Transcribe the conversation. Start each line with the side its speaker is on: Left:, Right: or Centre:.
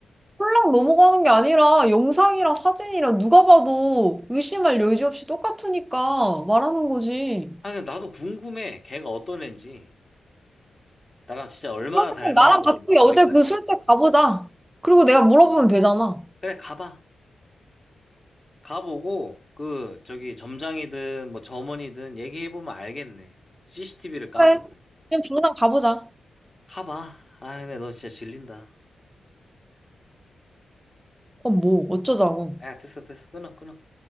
Right: 홀랑 넘어가는 게 아니라 영상이랑 사진이랑 누가 봐도 의심할 여지 없이 똑같으니까 말하는 거지.
Left: 아니 근데 나도 궁금해. 걔가 어떤 애인지. 나랑 진짜 얼마나
Right: 그러면
Left: 닮았는지
Right: 나랑 같이
Left: 목소리까지.
Right: 어제 그 술집 가보자. 그리고 내가 물어보면 되잖아.
Left: 그래 가봐. 가보고 그 저기 점장이든 뭐 점원이든 얘기해보면 알겠네. CCTV를 까보든.
Right: 그래. 그냥 당장 가보자.
Left: 가봐. 아 근데 너 진짜 질린다.
Right: 그럼 뭐, 어쩌자고.
Left: 야 됐어 됐어 끊어 끊어.